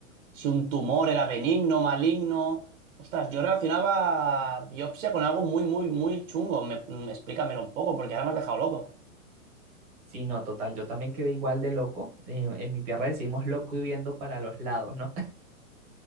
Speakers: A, on the right; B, on the right.
A: si un tumor era benigno, maligno. Ostras, yo relacionaba biopsia con algo muy, muy, muy chungo. Me, mm, explícamelo un poco porque ahora me has dejado loco.
B: Sí, no, total, yo también quedé igual de loco. Eh, en mi tierra decimos loco y viendo para los lados, ¿no?